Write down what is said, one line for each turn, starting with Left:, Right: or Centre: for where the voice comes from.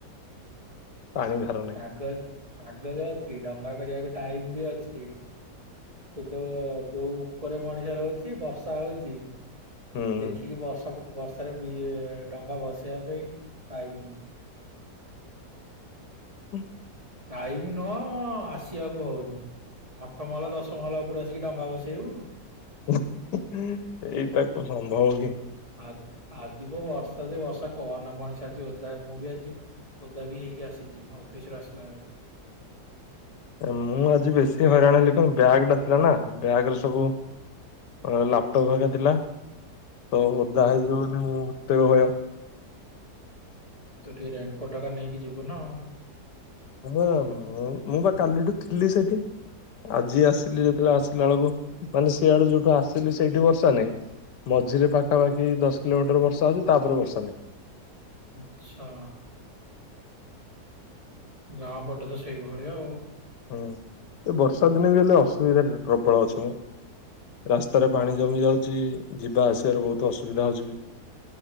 Left: ପାଣି ଧାର ନାହିଁ।
Right: କାଗଜ କାଗଜ ଅଛି ଡଙ୍ଗା କରିବାକୁ ଟାଇମ୍ ବି ଅଛି । କିନ୍ତୁ ଯୋଉ ଉପରେ ମଣିଷ ରହୁଚି ବର୍ଷା ହଉଚି ।
Left: ହୁଁ।
Right: ଦେଖିକି ବସ । ବର୍ଷାରେ ଭି ଏ ଡଙ୍ଗା ଭସେଇବା ପାଇଁ ଟାଇମ୍ ନାହିଁ ।
Left: ହୁଁ।
Right: ଟାଇମ ନୁହଁ ଆସିବାକୁ ହଉନି । ଆଠ ମହଲା ଦଶ ମହଲା ଉପରେ ଆସିକି ଡଙ୍ଗା ଭସେଇବୁ?
Left: <inaudible> ଏଇଟା କୋଉ ସମ୍ଭବ କି?
Right: ଆ-ଆଜିିବ ବର୍ଷା ଯେ ବର୍ଷା କହନା ମଣିଷ ଆଜି ଓଦା ମୁଁ ବି ଆଜି ଓଦାବି ହେଇ କି ଅସିଚି ଅଫିସରୁ ଆସିଲା ବେଳେ ।
Left: ମୁଁ ଆଜି ବେଶୀ ହଇରାଣ ହେଲି କଣ ବ୍ୟାଗ୍ ଟା ଥିଲା ନା ବ୍ୟାଗ ରେ ସବୁ ଅ ଲାପଟପ୍ ହେକା ଥିଲା ତ
Right: ହୁଁ
Left: ଓଦା ହେଇଯିବ ବୋଲି ମତେ ଭୟ।
Right: ତୁ ଟିକେ ରେନିକୋଟ ଟା ନେଇକି ଯିବୁ ନା ଆଉ।
Left: ହଁ ମୁଁ ମୁଁ ବା କାଲିଠୁ ଥିଲି ସେଠି। ଆଜି ଆସିଲି ଯେତେବେଳେ ଆସିଲା ବେଳକୁ ମାନେ ସିଆଡୁ ଯୋଉଠୁ ଆସିଲି ସେଇଠି ବର୍ଷା ନାହିଁ। ମଝିରେ ପାଖାପାଖି ଦଶ କିଲୋମିଟର ବର୍ଷା ହଉଚି ତାପରେ ବର୍ଷା ନାହିଁ ।
Right: ଆଛା। ଗାଁ ପଟେ ତ ସେଇଭଳିଆ ଆଉ ।
Left: ହଁ ଏ ବର୍ଷା ଦିନେ ବି ହେଲେ ଅସୁବିଧା ପ୍ରବଳ ଅଛି ମ। ରାସ୍ତାରେ ପାଣି ଜମି ଯାଉଚି ଯିବା ଆସିବାରେ ବହୁତ ଅସୁବିଧା ହଉଚି ବି ।